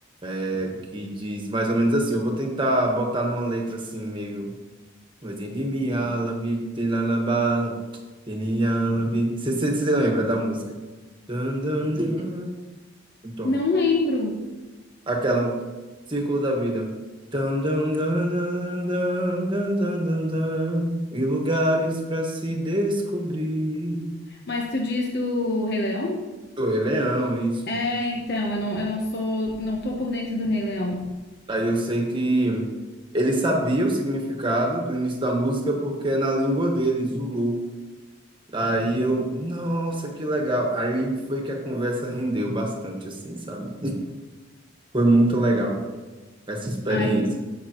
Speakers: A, on the right; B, on the left.
A: É, que diz mais ou menos assim. Eu vou tentar botar numa letra assim, meio. Ozigibialabi, tilalabala, tilialabi. Você você- você lembra da música? Dun, dun, dun. Então,
B: Não lembro.
A: aquela Círculo da Vida. Dun, dun, dun, dun, dun, dun, dun, dun, dun. E lugares para se descobrir.
B: Mas tu diz do Rei Leão?
A: O Rei Leão, isso.
B: É, então, eu não, eu não sou, não tô por dentro do Rei Leão.
A: Aí eu sei que ele sabia o significado do início da música porque é na língua dele, Zulu. Aí eu, nossa, que legal. Aí foi que a conversa rendeu bastante, assim, sabe? Foi muito legal essa experiência.
B: Ai,